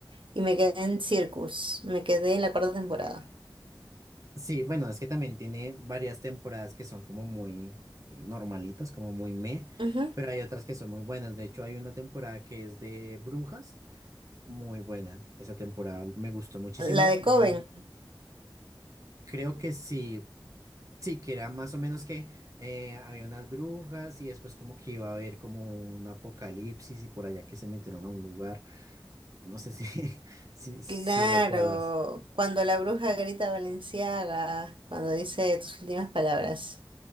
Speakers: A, on the right; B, on the right.
A: y me quedé en Circus, me quedé en la cuarta temporada.
B: Sí, bueno, es que también tiene varias temporadas que son como muy normalitas, como muy meh,
A: Ujú.
B: pero hay otras que son muy buenas. De hecho, hay una temporada que es de brujas, muy buena. Esa temporada me gustó muchísimo.
A: La de
B: Muy-
A: Coven,
B: Creo que sí, sí, que era más o menos que eh, había unas brujas y después como que iba a haber como un apocalipsis y por allá que se metieron a un lugar. No sé si, <laughs> si, si
A: claro,
B: recuerdas.
A: cuando la bruja grita Valenciaga, cuando dice tus últimas palabras.